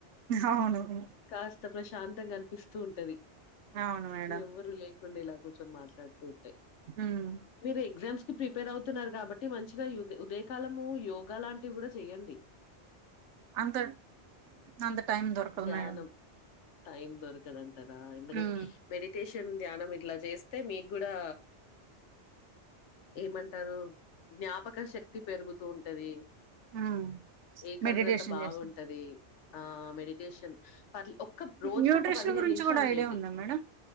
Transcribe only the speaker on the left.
కాస్త ప్రశాంతంగా అనిపిస్తూ ఉంటది
ఎవ్వరు లే ఇలా కూర్చొని మాట్లాతూ ఉంటే
మీరు ఎగ్జామ్స్ కు ప్రిపేర్ అవుతున్నారు కాబట్టి మంచిగా ఉదయకాలము యోగా లాంటివి కూడా చెయండి
ధ్యానం
టైం దొరకదంటారా ఎందుకంటే
మెడిటేషన్ ధ్యానం ఇట్లా చేస్తే మీకు కూడా ఏమంటారు జ్ఞాపక శక్తి పెరుగుతూ ఉంటది
ఏకాగ్రత
బాగుంటది
ఆ మెడిటేషన్ పట్ల రోజుకు
ఒక పదిహేను
నిమిషాలు
చేయండి